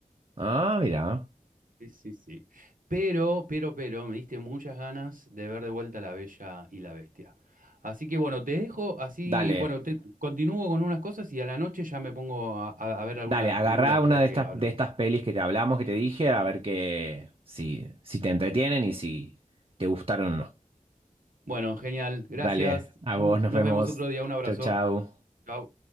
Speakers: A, on the right (about 45°); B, on the right (about 85°).
A: Ah, mira.
B: Sí, sí, sí. Pero, pero, pero, me diste muchas ganas de ver de vuelta La Bella y la Bestia. Así que bueno, te dejo así,
A: Dale,
B: bueno, te, continúo con unas cosas y a la noche ya me pongo a, a- a ver alguna
A: dale,
B: de las
A: agarrá
B: películas
A: una
B: de las
A: de
B: que
A: estas,
B: hablamos.
A: de estas pelis que te hablamos, que te dije, a ver que, si, si te entretienen y si te gustaron o no.
B: Bueno, genial, gracias.
A: Dale, a
B: N-
A: vos, nos
B: Nos
A: vemos.
B: vemos otro día, un abrazo.
A: Chau, chau.
B: Chao.